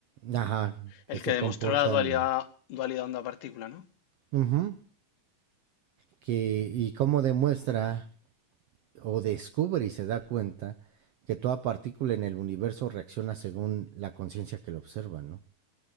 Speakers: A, on the right; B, on the left.
A: Ajá,
B: El
A: que se
B: que demostró
A: comportan.
B: la dualidad, dualidad onda-partícula, ¿no?
A: ujú, que, y cómo demuestra o descubre y se da cuenta que toda partícula en el universo reacciona según la conciencia que lo observa, ¿no?